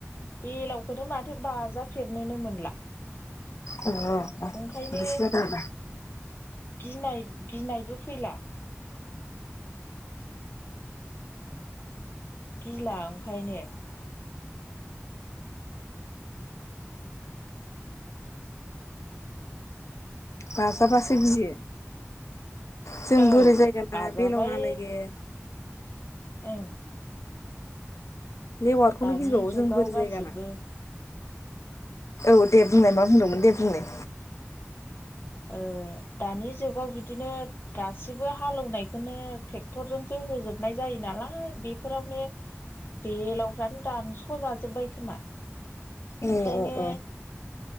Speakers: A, on the left; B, on the left.
A: बेलावखौथो माथो बाजाफेरनोनो मोनला
B: अ
A: ओंखायनो
B: बिस दा <inaudible>
A: गिनाय गिनायबो फैला गिला ओंखायनो
B: बाजाबासो गियो जों
A: औ
B: बोरि जायगा ना
A: बाजाबाय
B: बेलाव नालागे
A: ए
B: लेवारखौनो
A: दानि
B: गिबावो
A: जुगाव
B: जों बोरै
A: गासिबो
B: जायगाना औ दे बुंनाय मा बुंदोंमोन दे बुंनाय
A: ओ दानि जुगाव बिदिनो गासिबो हालौनायखौ ट्रेक्टरजोंसो होजोबनाय जायो नालाय बेफोरावनो बेलावफ्रानो दानस' जाजोबबाय खोमा
B: अ
A: ओंखायनो
B: अ अ